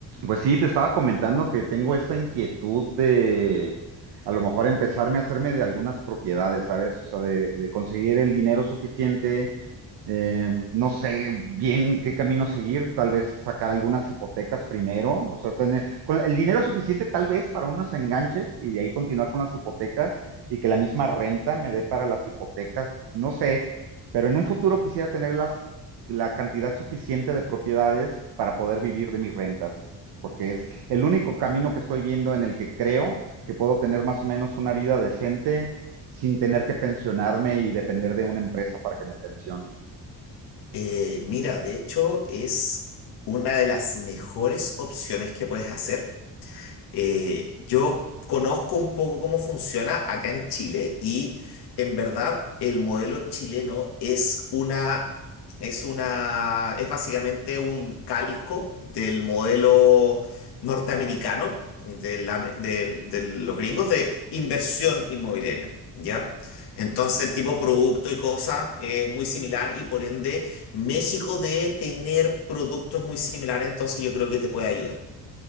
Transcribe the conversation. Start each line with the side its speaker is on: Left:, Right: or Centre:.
Right: Pues sí, te estaba comentando que tengo esta inquietud de a lo mejor empezarme a hacerme de algunas propiedades, ¿sabes? O sea, de, de conseguir el dinero suficiente eh, no sé bien qué camino seguir, tal vez sacar algunas hipotecas primero, o sea, tener con el dinero suficiente tal vez para unos enganches y de ahí continuar con las hipotecas y que la misma renta me dé para las hipotecas, no sé, pero en un futuro quisiera tener las, la cantidad suficiente de propiedades para poder vivir de mis rentas, porque es el único camino que estoy viendo en el que creo que puedo tener más o menos una vida decente sin tener que pensionarme y depender de una empresa para que me pensione.
Left: Eh, mira, de hecho es una de las mejores opciones que puedes hacer. Eh, yo conozco un poco cómo funciona acá en Chile y en verdad el modelo chileno es una, es una, es básicamente un calco del modelo norteamericano de, la- del- de los gringos de inversión inmobiliaria, ¿ya? Entonces el tipo de producto y cosas es muy similar y por ende México debe tener productos muy similares, entonces yo creo que te puede ayudar,